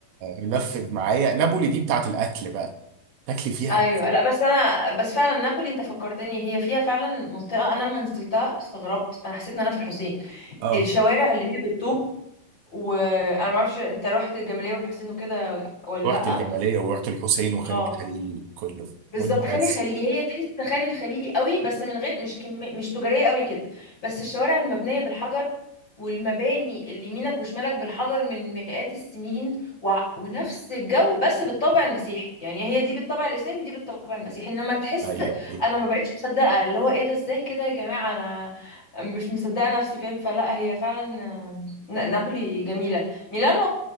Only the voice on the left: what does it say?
ايوه
لا بس انا بس فعلا نابولي انت فكرتني هي فيها فعلا منطقه انا لما نزلتها استغربت انا حسيت ان انا في الحسين
الشوارع اللي هي بالطوب وانا ما اعرفش انت رحت الجمالية والحسين وكده ولا
لا
اه
بالظبط
خان <laughs> الخليلي هي تحس خان الخليلي قوي بس من غير مش كم... مش تجارية قوي كده بس الشوارع المبنية بالحجر والمباني اللي يمينك وشمالك بالحجر من مئات السنين و... ونفس الجو بس بالطابع المسيحي يعني هي دي بالطابع الإسلامي ودي بالطابع المسيحي انما تحس
انا ما بقتش مصدقة اللي هو ايه ده ازاي كده يا جماعة انا مش مصدقة نفسي فاهم فلا هي فعلا آه، نا- نابولي جميلة ميلانو